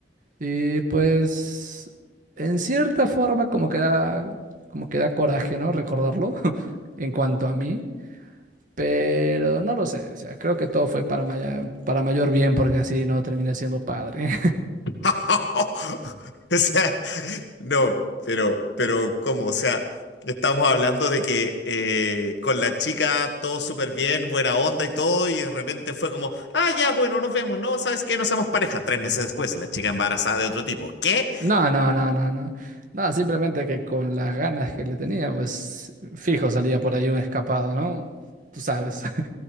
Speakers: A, on the right (about 50°); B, on the left (about 80°).
A: Y pues, en cierta forma, como que da, como que da coraje, ¿no? Recordarlo <laughs> en cuanto a mí. Pero no lo sé, o sea, creo que todo fue para, maya- para mayor bien porque así no terminé siendo padre.
B: <laughs> O sea, no, pero, pero ¿cómo? O sea, estamos hablando de que eh, con la chica todo súper bien, buena onda y todo, y de repente fue como, ah, ya, bueno, nos vemos, no, ¿sabes qué? No somos pareja. Tres meses después, la chica embarazada de otro tipo. ¿Qué?
A: No, no, no, no, no. No, simplemente que con las ganas que le tenía, pues fijo salía por ahí un escapado, ¿no? Tú sabes. <laughs>